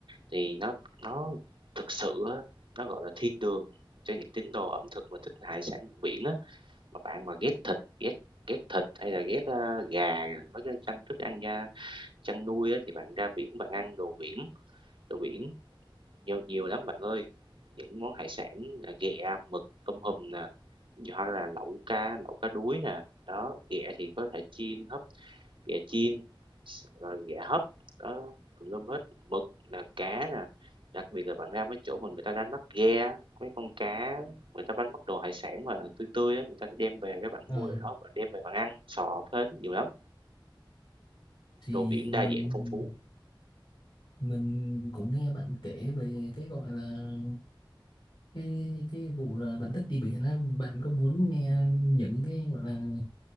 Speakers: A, on the right; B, on the left.
A: thì nó nó thực sự á, nó, gọi là, thiên đường cho những tín đồ ẩm thực mà thích hải sản vùng biển á. Mà bạn mà ghét thịt, ghét ghét thịt hay là ghét, a, gà, mấy cái chăn thức ăn da chăn nuôi á, thì bạn ra biển bạn ăn đồ biển, đồ biển nhiều nhiều lắm bạn ơi. Những món hải sản là ghẹ, mực, tôm hùm nè, hoặc là lẩu cá, lẩu cá đuối nè, đó, ghẹ thì có thể chiên, hấp ghẹ chiên rồi ghẹ hấp đó tùm lum hết mực là cá nè đặc biệt là bạn ra mấy chỗ mà người ta đánh bắt ghe mấy con cá người ta đánh bắt đồ hải sản mà tươi tươi á người ta sẽ đem về các bạn
B: ờ,
A: mua lại đó bạn đem về bạn ăn sò hết nhiều lắm
B: thì
A: đồ biển đa
B: mình
A: dạng phong phú
B: mình cũng nghe bạn kể về cái gọi là cái cái vụ là bạn thích đi biển á bạn có muốn nghe những cái gọi là